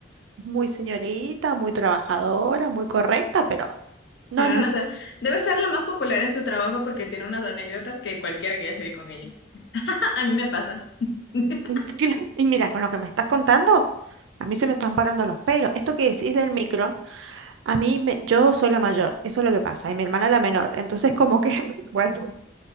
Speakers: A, on the right; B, on the left.
A: muy señorita, muy trabajadora, muy correcta, pero no,
B: Tiene
A: no.
B: unas- Debe ser la más popular en su trabajo porque tiene unas anécdotas que cualquiera quiere salir con ella. <laughs> A mí me pasa. <laughs>
A: <laughs> Y mira, con lo que me estás contando, a mí se me están parando los pelos. Esto que decís del micro, a mí me, yo soy la mayor, eso es lo que pasa, y mi hermana la menor. Entonces, como que, <laughs> bueno,